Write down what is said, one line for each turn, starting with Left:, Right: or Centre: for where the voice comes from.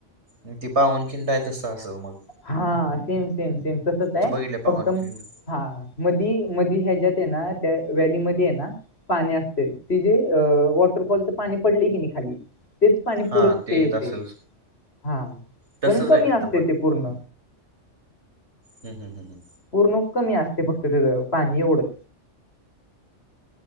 Right: मग ती पावनखिंडाय तसं असलं मग.
Left: हा सेम सेम सेम तसच आहे
Right: तू बघितलं पावनखिंड
Left: फक्त हा मधी मधी ह्याज्यात आहे ना त्या वॅलीमध्ये आहे ना पाणी असतं. तिजे अ वॉटरफॉलच पाणी पडलंय की नाही खाली तेच पाणी पुढ
Right: हा
Left: तिथं
Right: ते
Left: येतय
Right: येत असेल
Left: हा
Right: तसंच
Left: पण कमी
Right: आहे तिथं
Left: असतय
Right: पण
Left: ते पूर्ण.
Right: हम हं हं हं
Left: पूर्ण कमी असतय फक्त तेज पाणी एवढच.